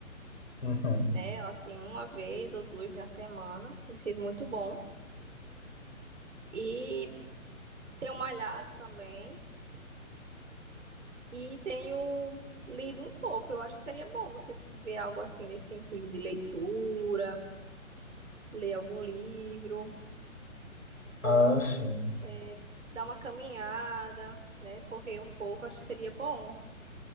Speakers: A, on the left (about 75°); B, on the right (about 60°).
A: uhum.
B: né? Assim, uma vez ou duas na semana, tem sido muito bom. E tenho malhado também e tenho lido um pouco. Eu acho que seria bom você ver algo assim nesse sentido de leitura ler algum livro. Ou
A: Ah, sim.
B: é, dar uma caminhada, né? Correr um pouco, acho que seria bom.